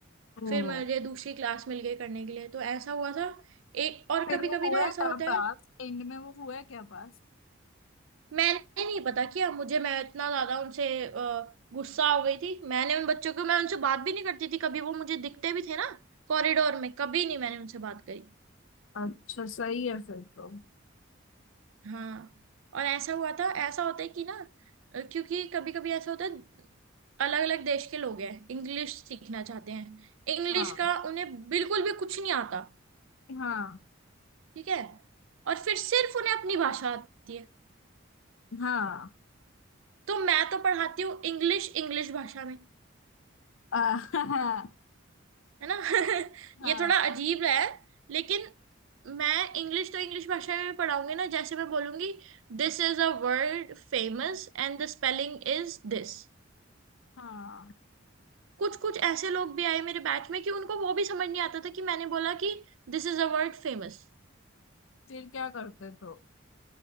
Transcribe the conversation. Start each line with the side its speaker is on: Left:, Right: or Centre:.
Left: ओ
Right: फिर मुझे दूसरी क्लास मिल गई करने के लिए तो ऐसा हुआ था एक और
Left: फिर
Right: कभी
Left: वो
Right: कभी
Left: हुआ
Right: ना ऐसा
Left: क्या
Right: होता
Left: पास
Right: है
Left: एंड में वो हुआ क्या पास
Right: मैंने नहीं पता किया मुझे मैं इतना ज्यादा उनसे अ, गुस्सा हो गई थी मैंने उन बच्चों को मैं उनसे बात भी नहीं करती थी कभी वो मुझे दिखते भी थे ना कॉरिडोर में कभी नहीं मैंने उनसे बात करी
Left: अच्छा सही है फिर तो
Right: हाँ और ऐसा हुआ था ऐसा होता है कि ना अ, क्योंकि कभी कभी ऐसा होता है अलग अलग देश के लोग हैं इंग्लिश सीखना चाहते हैं इंग्लिश
Left: हाँ
Right: का उन्हें बिल्कुल भी कुछ नहीं आता
Left: हाँ
Right: ठीक है और फिर सिर्फ उन्हें अपनी भाषा आती है
Left: हाँ
Right: तो मैं तो पढ़ाती हूँ इंग्लिश इंग्लिश भाषा में
Left: <laughs> आ, हाँ
Right: है ना <laughs>
Left: हाँ
Right: ये थोड़ा अजीब है लेकिन मैं इंग्लिश तो इंग्लिश भाषा में पढ़ाऊंगी ना जैसे मैं बोलूंगी this is a word famous and the spelling is this
Left: हाँ
Right: कुछ कुछ ऐसे लोग भी आए मेरे बैच में कि उनको वो भी समझ नहीं आता था कि मैंने बोला कि this is a word famous
Left: फिर क्या करते तो